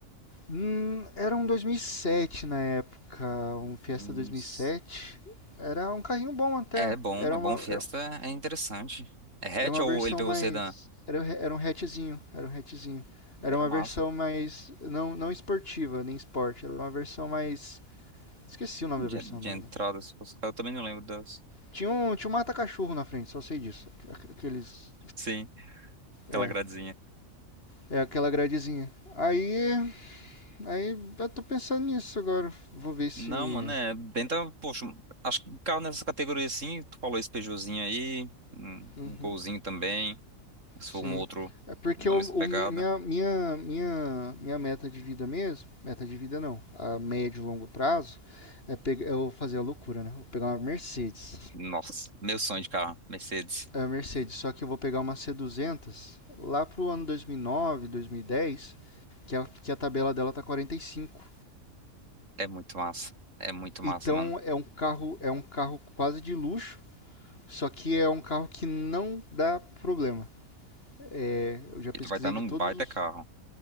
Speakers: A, on the left; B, on the right.
A: Hum, era um 2007 na época, um Fiesta
B: Nossa.
A: 2007. Era um carrinho bom até.
B: É bom,
A: Era
B: é bom.
A: uma,
B: Fiesta
A: era,
B: é interessante. É
A: era
B: hatch
A: uma
B: ou
A: versão
B: ele pegou
A: mais.
B: o sedã?
A: Era, um era um hatchzinho. Era um hatchzinho. Era
B: Era
A: uma
B: massa.
A: versão mais. Não, não esportiva, nem esporte. Era uma versão mais. Esqueci o nome
B: De,
A: da versão
B: de
A: dela.
B: entrada,
A: né?
B: se fosse. Eu também não lembro das.
A: Tinha um, tinha um mata-cachorro na frente, só sei disso. Aqu- Aqueles.
B: Sim, aquela
A: É,
B: gradezinha.
A: é aquela gradezinha. Aí. Aí eu tô pensando nisso agora. Vou ver se.
B: Não, mano, é. Tenta, poxa, acho que carro nessa categoria assim, tu falou esse Peugeotzinho aí, um,
A: Uhum.
B: um Golzinho também, se
A: Sim.
B: for um outro
A: É porque
B: da
A: o,
B: mesma
A: o
B: pegada.
A: mi- minha, minha, minha, minha meta de vida mesmo, meta de vida não, a médio e longo prazo, é, pegar, eu fazer a loucura, né? Vou pegar uma Mercedes.
B: Nossa, meu sonho de carro, Mercedes.
A: É a Mercedes, só que eu vou pegar uma C200 lá pro ano 2009, 2010, que a, que a tabela dela tá 45.
B: É muito massa. É muito massa,
A: Então
B: mano.
A: é um carro, é um carro quase de luxo, só que é um carro que não dá problema. É, eu já
B: E
A: pesquisei
B: tu vai estar num
A: de todos
B: baita
A: os
B: carro.